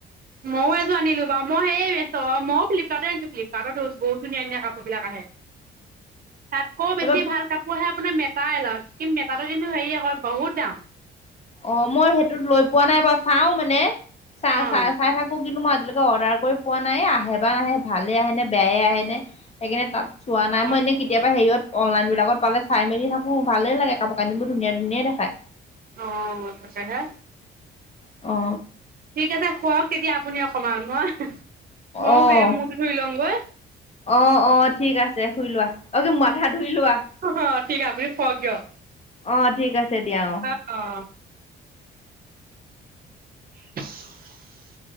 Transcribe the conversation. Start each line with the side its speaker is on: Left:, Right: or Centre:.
Right: ময়ো এযো আনিলো বাঅ মও সেই মেচ মও ফ্লিপকাৰ্ট আনিছোঁ ফ্লিপকাৰ্টত ব বহুত ধুনীয়া ধুনীয়া কাপোৰ বিলাক আহে তাতকও
Left: তাৰপা
Right: বেছি ভাল কাপোৰ আহে আপোনাৰ মেটা এলাত কিন্তু মেতাটো কিন্তু হেৰি আক বহুত দাম
Left: অ মই সেইটোত লৈ পোৱা নাই বাও চাও মানে চা
Right: অ',
Left: ছা চাই থাক কো কিন্তু মই আজিলৈকে অৰ্ডাৰ কৰি পোৱা নাই আহে বা নাহে ভালে আহেনে, বেয়াই আহেনে সেকাণে তাত চোৱা নাই
Right: অ',
Left: মই এনে কেতিয়াবা হেৰিয়ত অনলাইন বিলাকত পালে চাই মেলি থাকো ভালেই লাগে কাপোৰ কানিবোৰ ধুনীয়া ধুনীয়াই দেখায়
Right: অ সঁচাকে
Left: অ
Right: ঠিক আছে শুৱক তেতিয়া আপুনি অকণমান মই ময়ো
Left: অ',
Right: গা় মূৰটো ধুই লওঁগৈ
Left: অ অ ঠিক আছে শুই লোৱা অ কি মাথা ধুই লোৱা
Right: অ ঠিক আপুনি শুৱক দিওক
Left: অ ঠিক আছে দিয়া অ
Right: অ <unintelligible>